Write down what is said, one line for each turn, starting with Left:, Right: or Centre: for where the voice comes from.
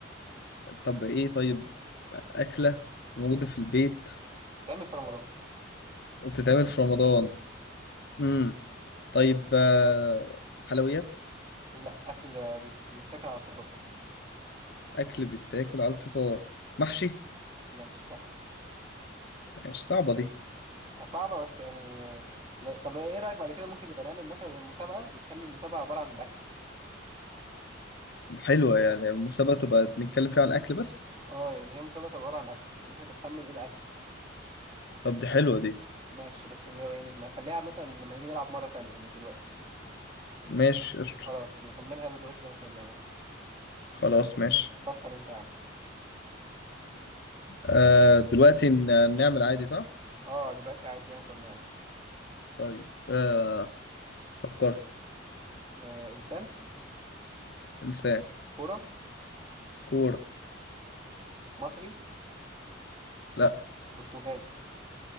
Left: طب ايه طيب اكله موجوده في البيت
Right: بيتعمل في رمضان
Left: وبتتعمل في رمضان مم. طيب آه، حلويات
Right: لا اكل بيت- بيتاكل على الفطار
Left: أكل بيتاكل على الفطار محشي
Right: ماشي صح
Left: مش صعبة دي
Right: صعبه بس يعني آه، لا طب ايه رايك بعد كده ممكن نبقى نعمل مثلا المسابقه نخلي المسابقه عباره عن الاكل
Left: طب حلوة يعني المسابقة تبقى بنتكلم فيها على الأكل بس
Right: اه يعني هي مسابقه تبقى عباره عن اكل ان احنا بنخمن ايه الاكل
Left: طب دي حلوة دي
Right: ماشي بس ده يعني ما خليها مثلا لما نيجي نلعب مرة تانية مش دلوقتي
Left: ماشي قشطة
Right: خلاص نكملها دلوقتي زي ما كنا بنعمل
Left: خلاص ماشي
Right: فكر انت يا عم
Left: آه دلوقتي ن- نعمل عادي صح؟
Right: اه دلوقتي عادي زي ما كنا بنعمل
Left: طيب آه فكرت
Right: آه انسان
Left: إنسان
Right: كورة
Left: كورة
Right: مصري
Left: لا
Right: برتغالي